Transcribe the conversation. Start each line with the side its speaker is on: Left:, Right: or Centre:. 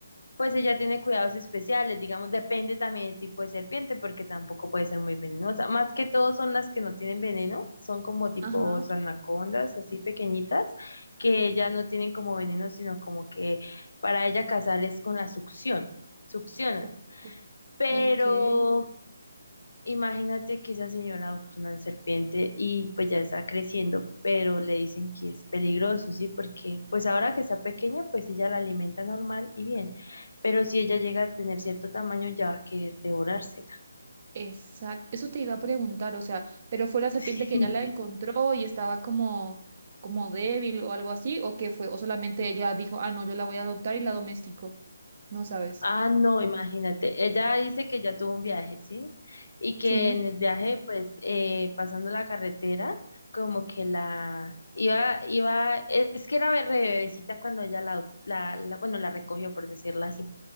Left: pues ella tiene cuidados especiales, digamos, depende también del tipo de serpiente, porque tampoco puede ser muy venenosa. Más que todo son las que no tienen veneno, son como tipo
Right: Ajá.
Left: anacondas, así pequeñitas, que ellas no tienen como veneno, sino como que para ella cazar es con la succión, succionan.
Right: Ok,
Left: Pero
Right: ok,
Left: Imagínate que esa señora adoptó una serpiente y pues ya está creciendo, pero le dicen que es peligroso, ¿sí? Porque pues ahora que está pequeña, pues ella la alimenta normal y bien, pero si ella llega a tener cierto tamaño, ya va a querer devorársela.
Right: exacto. Eso te iba a preguntar, o sea, pero fue la serpiente
Left: <laughs>
Right: que ella la encontró y estaba como, como débil o algo así, o qué fue, o solamente ella dijo, ah, no, yo la voy a adoptar y la domestico. No sabes.
Left: Ah, no, imagínate, ella dice que ya tuvo un viaje, ¿sí? Y que
Right: Sí,
Left: en el viaje, pues eh, pasando la carretera, como que la... Iba, iba, es que era re bebecita cuando ella la, la, la, bueno, la recogió, por decirlo así